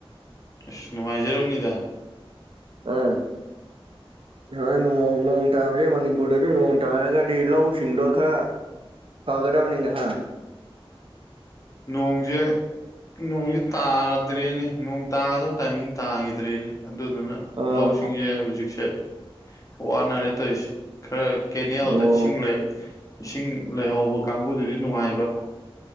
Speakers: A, on the left; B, on the right.
A: ꯑꯁ ꯅꯨꯡꯉꯥꯏꯖꯔꯔꯕꯅꯤꯗ
B: ꯑꯥ ꯍꯣꯏ ꯅ ꯅꯣꯡ ꯇꯥꯕꯁꯦ ꯃꯅꯤꯄꯨꯔꯗꯁꯨ ꯅꯣꯡ ꯇꯥꯔꯒꯗꯤ ꯂꯧꯁꯤꯡꯗꯣ ꯈꯔ ꯐꯒꯗꯧ ꯅꯤꯅꯦꯍ
A: ꯅꯣꯡꯖꯦ ꯅꯣꯡꯁꯨ ꯇꯥꯗ꯭ꯔꯦꯅꯦ ꯅꯣꯡ ꯇꯥꯒꯗꯕ ꯇꯥꯏꯃꯤꯡ ꯇꯥꯈꯤꯗ꯭ꯔꯦꯅꯦ ꯑꯗꯨꯗꯨꯅ
B: ꯑꯥ
A: ꯂꯧꯁꯤꯡꯁꯦ ꯍꯧꯖꯤꯛꯁꯦ ꯋꯥꯅꯔꯅꯤ ꯇꯧꯔꯤꯁꯦ ꯈꯔ ꯀꯦꯅꯦꯜꯗ
B: ꯑꯣ
A: ꯏꯁꯤꯡ ꯏꯁꯤꯡ ꯂꯩꯍꯧꯕ ꯀꯥꯡꯕꯨꯗꯨꯗꯤ ꯅꯨꯡꯉꯥꯏꯕ